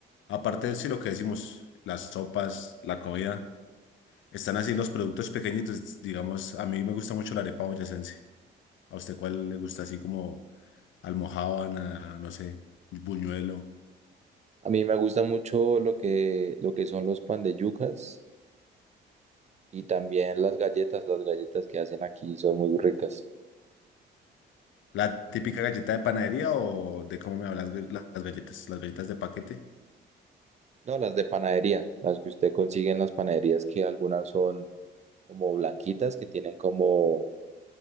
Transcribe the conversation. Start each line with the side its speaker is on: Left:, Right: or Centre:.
Left: aparte de sí, lo que decimos, las sopas, la comida, están así los productos pequeñitos. Digamos, a mí me gusta mucho la arepa boyacense. ¿A usted cuál le gusta así como Almojábana, no sé, buñuelo.
Right: A mí me gusta mucho lo que, lo que son los pan de yucas Y también las galletas, las galletas que hacen aquí son muy ricas.
Left: La típica galleta de panadería o de cómo me hablas las ga- las galletas, las galletas de paquete.
Right: No, las de panadería, las que usted consigue en las panaderías, que algunas son como blanquitas, que tienen como,